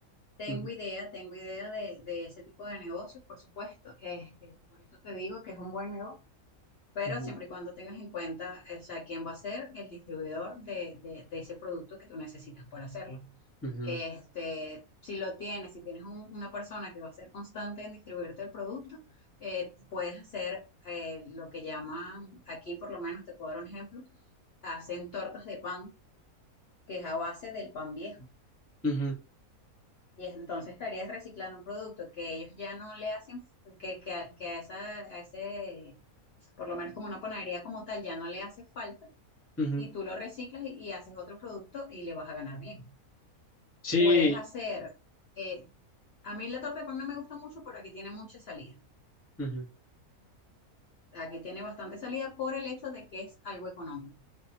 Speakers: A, on the left; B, on the left.
A: tengo
B: Ujú,
A: idea, tengo idea de, de ese tipo de negocios, por supuesto, este, por eso te digo que es un buen negocio pero
B: ujú,
A: siempre y cuando tengas en cuenta, eh, o sea, quién va a ser el distribuidor de, de- de ese producto que tú necesitas para hacerlo.
B: ujú,
A: Este, si lo tienes, si tienes un- una persona que va a ser constante en distribuirte el producto, eh, puedes hacer eh, lo que llaman, aquí por lo menos te puedo dar un ejemplo, hacen tortas de pan, que es a base del pan viejo.
B: ujú,
A: Y es- entonces estarías reciclando un producto que ellos ya no le hacen, f- que, que, a- que a, esa, a ese, por lo menos como una panadería como tal, ya no le hace falta
B: ujú.
A: y tú lo reciclas y, y haces otro producto y le vas a ganar bien.
B: Sí,
A: Puedes hacer, eh, a mí la torta de pan no me gusta mucho, pero aquí tiene mucha salida.
B: ujú,
A: Aquí tiene bastante salida por el hecho de que es algo económico.